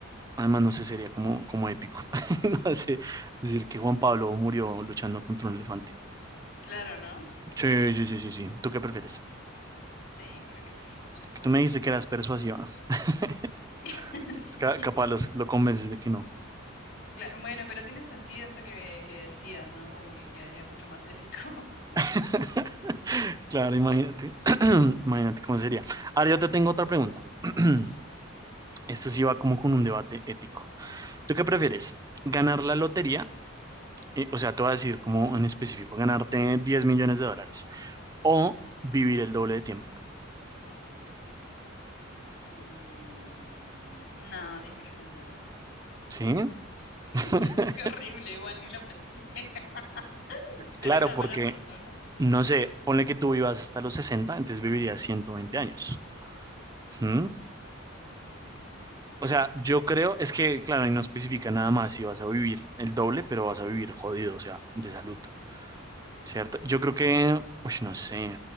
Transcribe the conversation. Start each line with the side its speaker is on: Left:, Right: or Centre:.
Right: Además, no sé, sería como, como épico. <laughs> No sé, decir que Juan Pablo murió luchando contra un elefante.
Left: Claro, ¿no?
Right: Sí, sí, sí, sí, sí. ¿Tú qué prefieres?
Left: Sí, creo que sí, ya fue.
Right: Que tú me dijiste que eras persuasiva. <laughs>
Left: <laughs> Sí,
Right: Es ca- capaz los- lo convences de que no.
Left: cla- Bueno, pero tiene sentido esto que, que decías, ¿no? Como que quedaría mucho más épico.
Right: <laughs> Claro, imagínate. <clears throat> Imagínate cómo sería. Ahora yo te tengo otra pregunta. <clears throat> Esto sí va como con un debate ético. ¿Tú qué prefieres?
Left: <laughs> A ver.
Right: ¿Ganar la lotería? Eh, o sea, te voy a decir como en específico, ganarte 10 millones de dólares o vivir el doble de tiempo.
Left: Mm, no, 10 millones de dólares. <laughs>
Right: ¿Sí?
Left: Sí,
Right: <laughs>
Left: qué horrible, igual ni lo pensé. <laughs> ¿Seré
Right: Claro,
Left: una
Right: porque,
Left: mala persona?
Right: no sé, ponle que tú vivas hasta los 60, entonces vivirías 120 años. ¿Mm?
Left: Mm.
Right: O sea, yo creo, es que, claro, y no especifica nada más si vas a vivir el doble, pero vas a vivir jodido, o sea, de salud. ¿cierto? Yo creo que, uy, no sé,